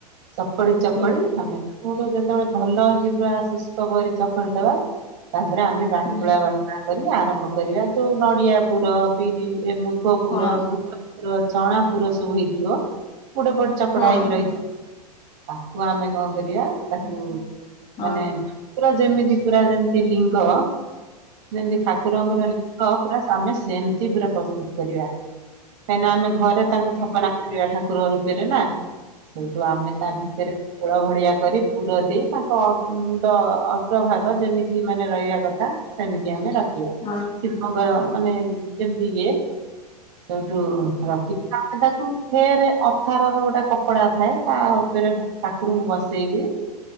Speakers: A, on the right; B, on the left.
A: ଚକଡି ଚକଡି
B: ହୁଁ
A: ଆମେ କଉଠୁ ଯେତେବେଳେ ଭଲଯିବା ଶୁଷ୍କକରି ଚକଟିଦେବା ତାପରେ ଆମେ ବାଟୁଳା
B: ହୁଁ
A: ଆଗରି ଆରମ୍ଭ କରିବା ଯୋଉ ନଡିଆପୁର ବିରି ଏ ମୁଗପୁର
B: ହଁ
A: ବୁଟ ପୁର ଚଣାପୁର ସବୁ ହେଇଥିବ। <unintelligible> ପୋଡ ଚକଡା
B: ହଁ
A: ହେଇକି ରହିଥିବ <inaudible> ତାକୁ ଆମେ କ କରିବା ତାକୁ
B: ହୁଁ ହଁ ହୁଁ ହଁ ହୁଁ ହଁ ହୁଁ ହୁଁ ହୁଁ ହଁ ହଁ ହଁ
A: ମାନେ ଠାକୁର ଯେମିତି ପୁରା ଯେମିତି ଲିଙ୍ଗ ଯେମିତି ଠାକୁରଙ୍କର <unintelligible> ଆମେ ସେମିତି ପୁରା ପ୍ରସ୍ତୁତ କରିବା, କାହିଁକିନା ଆମେ ଘରେ ତାଙ୍କୁ ଥାପନା ପ୍ରିୟଠାକୁର ରୂପେରେ ନା ସେଇଠୁ ଆମେ ତା ଭିତରେ ଓଳ ଭଳିଆ କରି ପୁରଦେଇ ତାଙ୍କ ଅଁ ଉଁ ମୁଣ୍ଡଅଗ୍ରଭାଗ ଯେମିତି ମାନେ ରଇଆ କଥା ସେମିତି ଆମେ ରଖିବା।
B: ହଁ।
A: ଶିବଙ୍କର ମାନେ ଯେମିତି ଇଏ ସେଇଠୁ ରଖି ତମେ ତାକୁ ଫେର ପଥାର ର ଗୋଟେ କପଡା ଥାଏ ତା ଉପରେ ଠାକୁରଙ୍କୁ ବସେଇକିରି